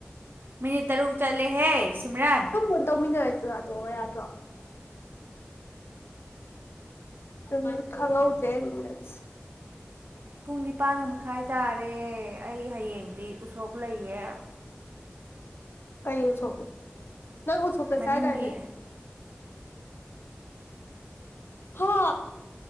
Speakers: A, on the right; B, on the left.
A: ꯃꯤꯅꯤꯠ ꯇꯔꯨꯛ ꯆꯠꯂꯦꯍꯦ ꯁꯤꯝꯔꯥ
B: ꯣꯟ ꯇꯧꯟꯅꯔꯁꯤ ꯌꯥꯗꯣꯧꯕ ꯌꯥꯗ꯭ꯔꯣ <unintelligible> ꯑꯗꯨꯝ ꯈꯪꯉꯧꯗ‌ꯦ ꯃꯤꯅꯠꯁ‌ꯦ
A: ꯄꯨꯡ ꯅꯤꯄꯥꯟꯒ ꯃꯈꯥꯏ ꯇꯥꯔꯦ ꯑꯩ ꯍꯌꯦꯡꯗꯤ ꯎꯁꯣꯛ ꯂꯩꯌꯦ
B: ꯀꯩꯒꯤ ꯎꯁꯣꯞꯅꯣ ꯅꯪ ꯎꯁꯣꯄꯇ
A: ꯃꯅꯤꯡꯒꯤ
B: ꯆꯥꯏ ꯗꯥꯏꯅꯦ ꯍꯥ